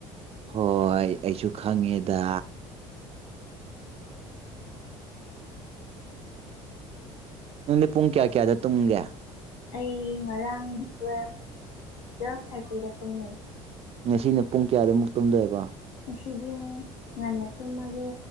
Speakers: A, on the right; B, on the left.
A: ꯍꯣꯏ ꯑꯩꯁꯨ ꯈꯪꯉꯦꯗ ꯅꯨꯅꯨꯡꯗꯤ ꯄꯨꯡ ꯀꯌꯥ ꯀꯌꯥꯗ ꯇꯨꯝꯒꯦ
B: ꯑꯩ ꯉꯔꯥꯡ ꯇꯨꯋꯦꯜꯐ ꯇꯨꯋꯦꯜꯐ ꯊꯥꯔꯇꯤꯗ ꯇꯨꯝꯃꯦ
A: ꯉꯁꯤꯅ ꯄꯨꯡ ꯀꯌꯥꯗꯨꯛ ꯇꯨꯝꯗꯣꯏꯦꯕꯣ
B: ꯉꯁꯤꯗꯤ ꯉꯟꯅ ꯇꯨꯝꯃꯒꯦ